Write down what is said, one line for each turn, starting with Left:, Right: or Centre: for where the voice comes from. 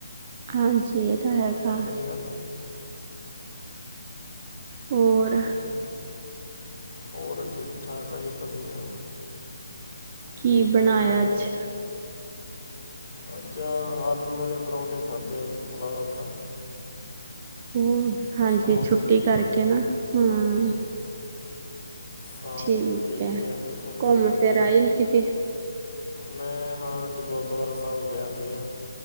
Right: ਹਾਂਜੀ ਤਾਂ ਹੈਗਾ
Left: ਹੈ ਕਿ ਨੀ ਗੱਲ
Right: ਹੋਰ
Left: ਤੇ ਹੋਰ ਠੀਕ ਠਾਕ ਆ ਜੀ ਵਧੀਆ,
Right: ਕੀ
Left: ਦੇਖ
Right: ਬਣਾਇਆ
Left: ਰਹੇ ਸੀ
Right: ਅੱਜ
Left: ਅੱਜ ਆਲੂ ਵਾਲੇ ਪਰੌਂਠੇ ਖਾਧੇ ਆ ਜੀ, ਫਿਲਹਾਲ ਤਾਂ
Right: ਹੋਰ ਹਾਂਜੀ
Left: ਸ਼ਾਮ
Right: ਛੁੱਟੀ
Left: ਨੂੰ ਦੇਖਾਂਗੇ
Right: ਕਰਕੇ ਨਾ, ਹੂ
Left: ਹਾਂਜੀ ਸ਼ਾਮ
Right: ਠੀਕ
Left: ਨੂੰ ਦੇਖਦੇ
Right: ਏ,
Left: ਆਂ ਦੇਖੋ ਕੀ
Right: ਘੁੰਮ
Left: ਬਣਦਾ
Right: ਫਿਰ
Left: ਜੀ
Right: ਆਈ ਨੀ ਕਿਤੇ।
Left: ਮੈਂ ਹਾਂ ਅੱਜ ਗੁਰਦੁਆਰਾ ਸਾਹਿਬ ਗੇਆ ਸੀਗਾ।